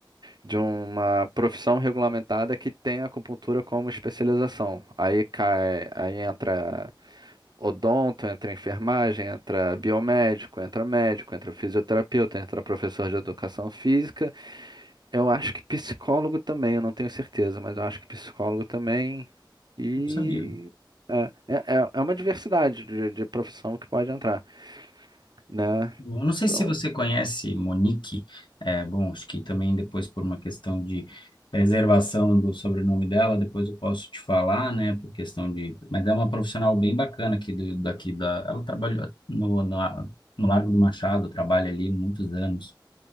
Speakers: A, on the right (about 60°); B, on the left (about 75°).
A: de uma profissão regulamentada que tem acupuntura como especialização. Aí cai, aí entra odonto, entra enfermagem, entra biomédico, entra médico, entra fisioterapeuta, entra professor de educação física eu acho que psicólogo também, eu não tenho certeza, mas eu acho que psicólogo também. E
B: Eu não sabia.
A: é, é, é é uma diversidade de, de profissão que pode entrar, né?
B: Eu não sei
A: Então,
B: se você conhece Monique, é, bom, acho que também depois por uma questão de preservação do sobrenome dela, depois eu posso te falar, né, por questão de... Mas é uma profissional bem bacana aqui do, daqui da... Ela trabalhou no, na- no Largo do Machado, trabalha ali muitos anos,